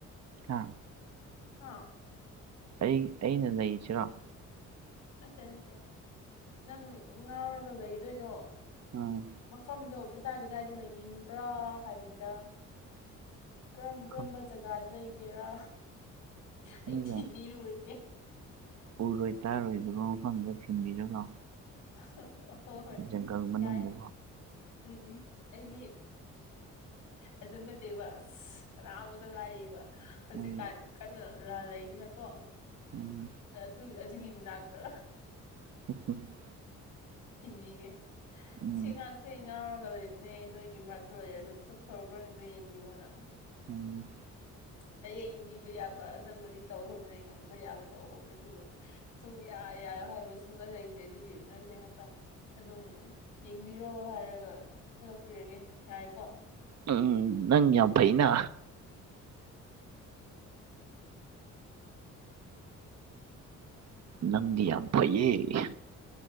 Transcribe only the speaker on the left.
ꯍꯥꯥ
ꯅꯠꯇꯦ ꯅꯠꯇꯦ ꯅꯪ ꯉꯥꯎꯔꯒ ꯂꯩꯗꯣꯏꯗꯣ
ꯃꯐꯝꯗꯣ ꯀꯗꯥꯏ ꯀꯗꯥꯏꯗ ꯂꯩꯅꯤꯡꯕ꯭ꯔꯥ ꯍꯥꯏꯕꯅꯤꯗ ꯀꯔꯝ ꯀꯔꯝꯕ
ꯖꯒꯥ ꯂꯩꯒꯦꯔꯥ ꯑꯩ
ꯊꯦꯕꯤꯔꯨꯔꯒꯦ
ꯍꯣꯏ ꯍꯣꯏ
ꯌꯥꯏ ꯎꯝ ꯎꯝ ꯑꯩꯗꯤ ꯑꯗꯨꯅꯠꯇꯦꯕ ꯑꯁ ꯀꯅꯥ ꯑꯃꯇ ꯂꯥꯏꯕ ꯍꯧꯖꯤꯛꯀꯥꯟꯅꯤ
ꯀꯩꯅꯣ ꯂꯥꯜ ꯂꯩꯗꯅꯀꯣ
ꯑꯗꯨ ꯑꯗꯨꯒꯤ ꯃꯅꯥꯛꯇ
ꯊꯤꯟꯕꯤꯒꯦ
ꯁꯤꯉꯥꯡ ꯁꯤ ꯉꯥꯎꯔꯒ ꯂꯩꯕꯅꯦ ꯅꯣꯏꯒꯤ ꯃꯔꯛꯇ ꯂꯩꯔꯒ ꯈꯔ ꯐꯕ꯭ꯔꯥ ꯉꯛꯇ ꯌꯦꯡꯕꯤꯌꯣꯅ
ꯆꯌꯦꯡꯕꯤꯕ ꯌꯥꯕ ꯑꯅꯝꯕꯗꯤ ꯇꯧꯈ꯭ꯔꯕꯅꯦ ꯉꯝꯕ ꯌꯥꯕ ꯇꯧꯈꯕꯅꯤ ꯑꯗꯨꯕꯨ ꯁꯨꯝ ꯌꯥꯏ ꯌꯥꯏꯔꯣ ꯍꯥꯏꯕ ꯁꯨꯡꯂ ꯂꯩꯇ꯭ꯔꯦ ꯑꯗꯨꯒꯤ ꯅꯣꯏꯁꯦ ꯉꯥꯛꯇꯪ ꯑꯗꯨꯝ ꯌꯦꯡꯕꯤꯔꯣ ꯍꯥꯏꯔꯒ ꯊꯥꯗꯣꯛꯄꯤꯔꯒꯦ ꯌꯥꯏꯀꯣ